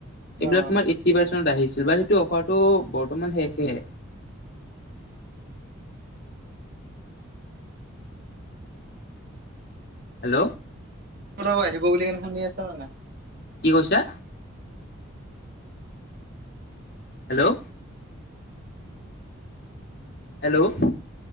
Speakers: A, on the left; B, on the right.
A: এইবিলাক
B: অ
A: তোমাৰ এইটি পাৰ্চেনত আহি যা দিৱালিটো অফাৰটো বৰ্তমান শেষে। হেল্ল'।
B: <unintelligible> আহিব বুলি কেনে শুনি আছা নে নাই?
A: কি কৈছা? হেল্ল' হেল্ল',